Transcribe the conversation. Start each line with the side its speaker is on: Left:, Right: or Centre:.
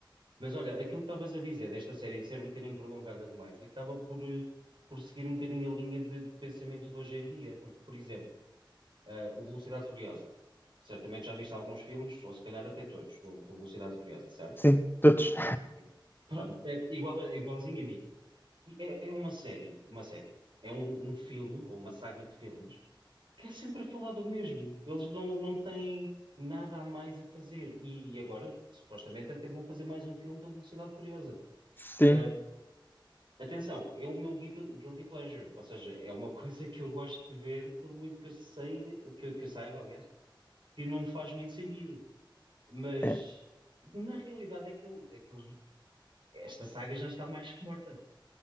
Right: Mas olha, aquilo que estavas a dizer desta série de ser um bocadinho prolongada demais, acaba por, eh, por seguir um bocadinho a linha de, de pensamento de hoje em dia, porque, por exemplo, eh, o Velocidade Furiosa. Certamente já viste alguns filmes, ou se calhar até todos, do, do Velocidade Furiosa, certo?
Left: Sim, todos.
Right: <laughs> Pronto, é igual, a- igualzinho a mim. E É, é uma série, uma série. É um, um filme ou uma saga de filmes que é sempre a falar do mesmo. Eles não, não têm nada a mais a fazer. E, e agora, supostamente, até vão fazer mais um filme da Velocidade Furiosa.
Left: <laughs>
Right: Ahm, atenção, é o meu guilty, guilty pleasure. Ou seja, é uma <laughs> coisa que eu gosto de ver, por muito que eu sei, que, eu- que eu saiba, aliás, que não faz muito sentido. Mas,
Left: Sim.
Right: na realidade, aquilo, aquilo, esta saga já está mais que morta.